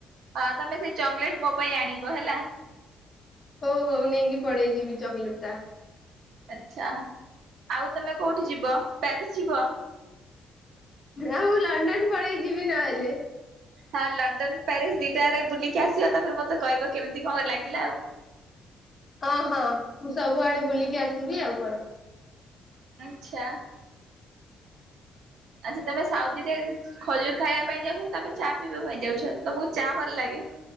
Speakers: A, on the right; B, on the left.
A: ହ ତମେ ସେଇ ଚକୋଲେଟ ମୋ ପାଇଁ ଆଣିବ ହେଲା।
B: ହଉ ହଉ ନେଇକି ପଡେଇ ଯିବି ଚକୋଲେଟ ଟା।
A: ଆଛା ଆଉ ତମେ କୋଉଠି ଯିବ ପ୍ୟାରିସ ଯିବ?
B: ଆ ମୁଁ ଲଣ୍ଡନ ପଳେଇ ଯିବି ନହେଲେ।
A: ହଁ ଲଣ୍ଡନ ପ୍ୟାରିସ ଦିଟାରେ ବୁଲିକି ଆସିବ ତାପରେ ମତେ କହିବ କେମିତି କଣ ଲାଗିଲା ଆଉ।
B: ଅଁ ହଁ ମୁଁ ସବୁଆଡେ ବୁଲିକି ଆସିବି ଆଉ କଣ।
A: ଆଚ୍ଛା। ଆଚ୍ଛା ତମେ ସାଉଦିରେ ଖଜୁର ଖାଇବା ପାଇଁ ଯାଉଛ ତମେ ଚା ପିଇବା ପାଇଁ ଯାଉଛ ତମକୁ ଚା ଭଲ ଲାଗେ।